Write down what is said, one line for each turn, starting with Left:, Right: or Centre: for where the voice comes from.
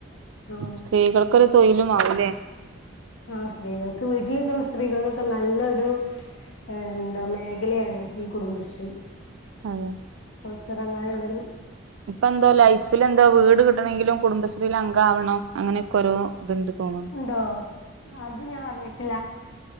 Left: ആഹ്
Right: സ്ത്രീകൾക്കൊരു തൊഴിലുമാവുംല്ലേ?
Left: ആ സ്ത്രീകൾക്ക് വീട്ടിലിക്കുന്ന സ്ത്രീകകക്ക് നല്ലൊരു എന്താ മേഖലയാണ് ഈ കുടുംബശ്രീ.
Right: അതെ
Left: പൊറത്തറങ്ങാനുള്ളരു
Right: ഇപ്പ എന്താ ലൈഫിൽ എന്താ വീട് കിട്ടണങ്കിലും കുടുംബശ്രീൽ അംഗ ആവണം അങ്ങനെയൊക്കെ ഓരോ ഇത്ണ്ട് തോന്ന.
Left: ഇണ്ടോ? അത് ഞാൻ അറിഞ്ഞിട്ടില്ല.